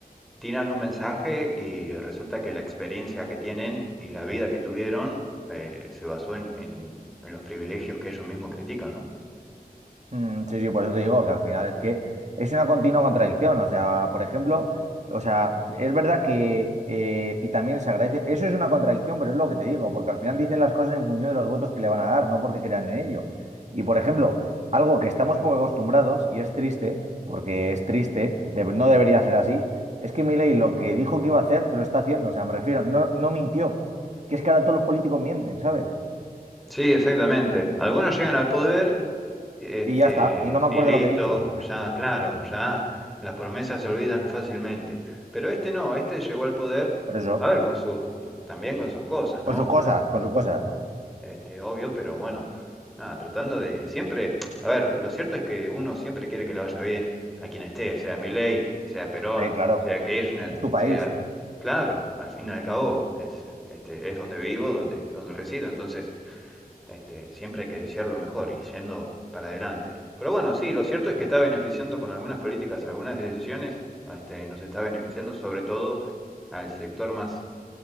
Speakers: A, in the centre; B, on the right.
A: tiran un mensaje y resulta que la experiencia que tienen y la vida que tuvieron eh, se basó en, en- en los privilegios que ellos mismos critican, ¿no?
B: Mm, sí, sí, por eso te digo que al final es que es una continua contradicción. O sea, por ejemplo, o sea, es verdad que, eh, y también se agradece, eso es una contradicción, pero es lo que te digo, porque al final dicen las cosas en función de los votos que le van a dar, no porque crean en ello. Y por ejemplo, algo que estamos poco acostumbrados, y es triste, porque es triste, de- no debería ser así, es que Milei lo que dijo que iba a hacer, lo está haciendo. O sea, me refiero, no, no mintió. Que es que ahora todos los políticos mienten, ¿sabes?
A: Sí, exactamente. Algunos llegan al poder, este,
B: Y ya está, y no me acuerdo
A: y listo,
B: lo que he dicho.
A: ya, claro, ya las promesas se olvidan fácilmente. Pero este no, este llegó al poder,
B: Por eso,
A: a ver, con sus, también con sus cosas, ¿no?
B: con sus cosas, con sus cosas.
A: Este, obvio, pero bueno, nada, tratando de siempre, a ver, lo cierto es que uno siempre quiere que le vaya bien a quien esté, sea Milei, sea Perón,
B: Eh, claro,
A: sea Kirchner,
B: es tu país.
A: sea, claro, al fin y al cabo es, este, es donde vivo, donde, donde resido, entonces, este, siempre hay que desear lo mejor y yendo para adelante. Pero bueno, sí, lo cierto es que está beneficiando con algunas políticas, algunas decisiones, este, nos está beneficiando sobre todo al sector más,